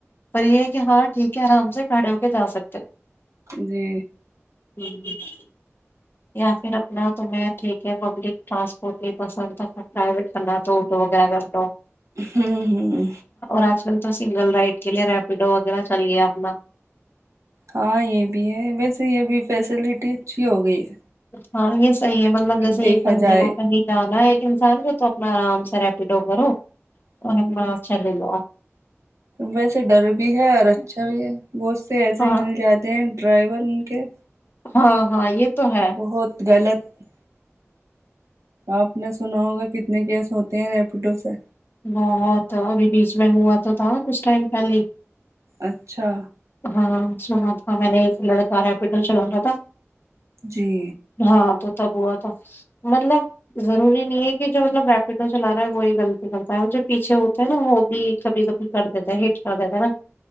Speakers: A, on the left (about 45°); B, on the right (about 85°).
A: اور یہ ہے کہ ہاں ٹھیک ہے آرام سے کھڑے ہو کے جا سکتے ہیں
B: جی
A: <inaudible> یا پھر اپنا تم ٹھیک ہے پبلک ٹرانسپورٹ ہی پسند تھا پرائیویٹ کرنا تو آٹو وغیرہ کر دو
B: ہمم ہمم
A: آج کل تو سنگل رائڈ کے لیے ریپیڈو وغیرہ چلیے اپنا
B: ہاں یہ بھی ہے ویسے یہ بھی فیسلٹی اچھی ہو گئی ہے
A: ہاں یہ صحیح ہے مطلب جیسے
B: دیکھا
A: ایک بندے
B: جائے
A: کو کہیں جانا ہے ایک انسان کے تو اپنا آرام سے ریپیڈو کرو اور
B: ہ
A: اپنے آپ چلے جو
B: ویسے ڈر بھی ہے اور اچھا بھی ہے بہت سے ایسے
A: ہاں
B: مل جاتے ہیں ڈرائیور ان کے
A: ہاں ہاں یہ تو ہے
B: بہت غلط آپ نے سنا ہوگا کتنے کیس ہوتے ہیں ریپیڈو سے
A: بہت ابھی بیچ میں ہوا تو تھا کچھ ٹائم پہلے
B: اچھا
A: ہاں سنا تھا میں نے ایک لڑکا رپڈو چلا رہا تھا
B: جی
A: ہاں تو تب ہوا تھا مطلب ضروری نہیں ہے کہ جو مطلب ریپڈو چلا رہا ہے وہی غلط کرتا ہے جو پیچھے ہوتے ہے نا وہ بھی کبھی کبھی کر دیتا ہے ہٹ کر دیتا ہے نا